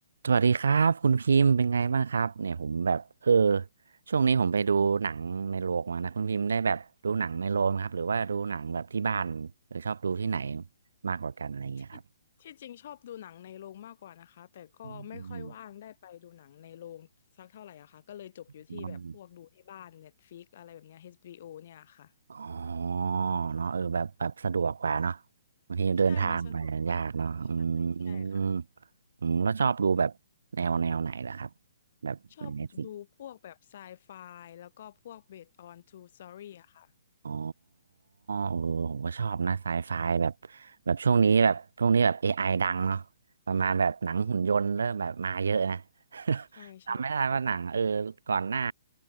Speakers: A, on the right (about 80°); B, on the left (about 40°).
A: สวัสดีครับคุณพิมพ์เป็นไงบ้างครับเนี่ยผมแบบเออช่วงนี้ผมไปดูหนังในโรงมานะคุณพิมพ์ได้แบบดูหนังในโรงไหมครับหรือว่าดูหนังแบบที่บ้านหรือชอบดูที่ไหนมากกว่ากันอะไรอย่างเงี้ยครับ
B: ที่ที่จริงชอบดูหนังในโรงมากกว่านะคะแต่ก็ไม่ค่อยว่างได้ไปดูหนังในโรงสักเท่าไหร่อะค่ะก็เลยจบอยู่ที่แบบพวกดูที่บ้าน
A: อืมอม
B: Netflix อะไรแบบเนี้ย HBO เนี่ยค่ะ
A: อ๋อเนาะเออแบบแบบสะดวกกว่าเนาะบางทีเดินทางไปยากเนาะอืมอืม
B: ใช่มันสะดวกกว่าค่ะใช่ใช่ค่ะ
A: แล้วชอบดูแบบแนวแนวไหนล่ะครับแบบใน
B: ชอบดูพวกแบบไซไฟ
A: Netflix
B: แล้วก็พวก based on true story อะค่ะ
A: อ๋อโอ้โหผมก็ชอบนะไซไฟแบบแบบช่วงนี้แบบช่วงนี้แบบเอไ i ดังเนาะประมาณแบบหนังหุ่นยนต์เริ่มแบบมาเยอะนะ <laughs>
B: ใช่ใช่ค่ะ
A: จำไม่ได้ว่าหนังเออก่อนหน้า